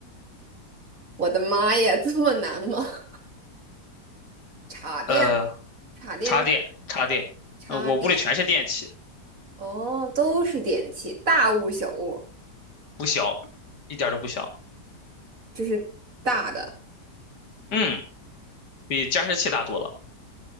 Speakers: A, on the right; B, on the left.
A: 我的妈呀，这么难吗？<laughs> 插电，
B: 呃，
A: 插电，
B: 插电，插电，
A: 插电，
B: 呃，我屋里全是电器，
A: 哦，都是电器，大物小物，
B: 不小，一点儿都不小，
A: 就是大的，
B: 嗯，比加湿器大多了，